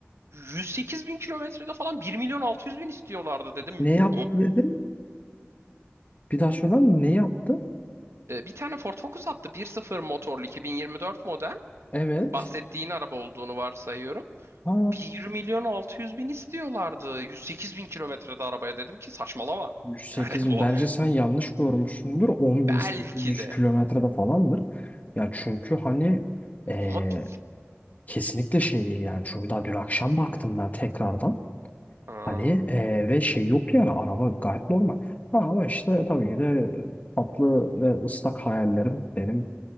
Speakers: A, on the right; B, on the left.
A: 108 bin kilometrede falan bir milyon 600 bin istiyorlardı dedim.
B: Ne yaptı dedin? Bir daha söyler misin? Ne yaptı?
A: E, bir tane Ford Focus attı. bir sıfır motorlu 2024 model.
B: Evet.
A: Bahsettiğin araba olduğunu varsayıyorum.
B: Ha,
A: Bir milyon 600 bin istiyorlardı. 108 bin kilometrede arabaya dedim ki saçmalama.
B: 108
A: Yani <laughs>
B: bin.
A: bu
B: Bence sen yanlış görmüşsündür. 10.800
A: belki de
B: kilometrede falandır. Ya çünkü hani eee,
A: ama bi-
B: kesinlikle şey değil yani. Çünkü daha dün akşam baktım ben tekrardan.
A: Aa,
B: Hani eee, ve şey yoktu yani araba gayet normal. Ha, ama işte tabii ki de tatlı ve ıslak hayallerim benim